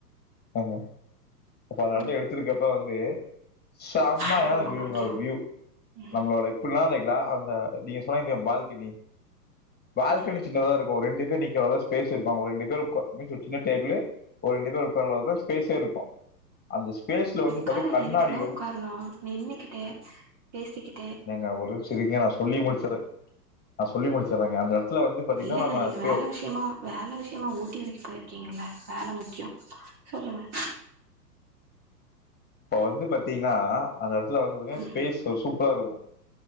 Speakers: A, on the left; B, on the right.
A: ஆமா அப்ப அந்த
B: ஆ
A: இடத்து எடுத்துருக்கப்ப வந்து சமாயான
B: வேல ரொம்ப
A: வியூங்க
B: முக்கியோ
A: வியூ
B: ம்
A: நம்மளோ எப்டினாலு வைக்லா அந்த நீங்க சொன்னங்ளே பால்கெனி பால்கனி
B: ம்
A: சின்னதா இருக்கு ஒரு ரெண்டு பேர் நிக்ற அளவு ஸ்பேஸ் இருக்கு அவ்ங்க ரெண்டு பேர் உக்கா ம சின்ன டேபிளு ஒரு ரெண்டு பேர் உக்கார அளவுதா ஸ்பேஸே இருக்கு அந்த ஸ்பேஸ்ல
B: உக்கார
A: கண்ணாடி
B: எதுக்குங்க
A: வந்து
B: உக்காரணு நின்னுகிட்டே பேசிக்கி
A: ஏங்க ஒரு நிம்ச இரிங்க நா சொல்லி முடிச்சறேன் நா சொல்லி முடிச்சறேங்க அந்த எடத் துல வந்து பாத்தீங்கன்னா
B: இல்லங்க
A: நம்ம
B: நீங்க
A: ஸ்கியூ
B: வேல விஷயமா வேல விஷயமா ஊட்டி வரைக்கு போயிருக்கீங்கல்ல வேல முக்கியோ சொல்லுங்க
A: இப்ப வந்து பாத்தீங்னா அந்த எடத்துல வந்து பாதிங்னா
B: ம்
A: ஸ்பேஸ் ஒரு சூப்பரா இருக்கு